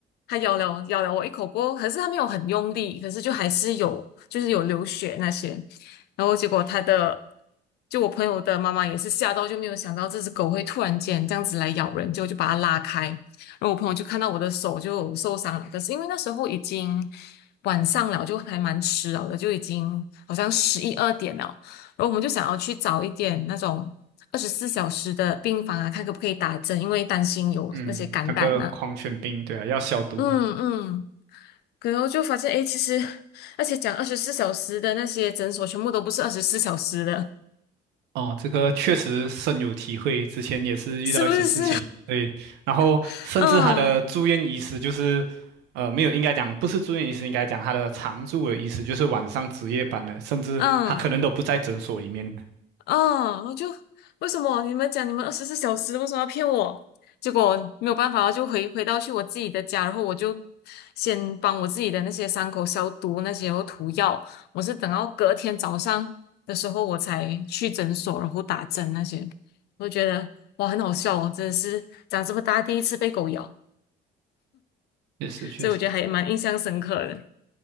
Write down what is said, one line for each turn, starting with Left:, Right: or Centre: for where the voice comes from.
Left: 它咬了咬了我一口锅，可是它没有很用力，可是就还是有就是有流血那些，然后结果它的就我朋友的妈妈也是吓到，就没有想到这只狗会突然间这样子来咬人，就就把它拉开，然后我朋友就看到我的手就受伤了，可是因为那时候已经晚上了，就还蛮迟了的，就已经好像十一二点了。然后我们就想要去找一点那种二十四小时的病房啊，看可不可以打针，因为担心有那些感染啊。
Right: 嗯，那个狂犬病，对啊，要消毒。
Left: 嗯嗯，然后就发现，诶，其实而且讲二十四小时的那些诊所，全部都不是二十四小时的，
Right: 哦，这个确实深有体会，之前也是遇到一些事情，
Left: 是不是？
Right: 对，然后甚至他的住院医师就是，
Left: <laughs> 嗯
Right: 呃，没有，应该讲不是住院医师，应该讲他的常住的医师，就是晚上值夜班的，甚至他可能都不在诊所里面的，
Left: 嗯。啊！我就为什么你们讲你们二十四小时，为什么要骗我？结果没有办法，就回回到去我自己的家，然后我就先帮我自己的那些伤口消毒，那些然后涂药。我是等到隔天早上的时候，我才去诊所，然后打针那些。我觉得哇，很好笑哦，真的是长这么大第一次被狗咬，
Right: 确实确实。
Left: 所以我觉得还蛮印象深刻的。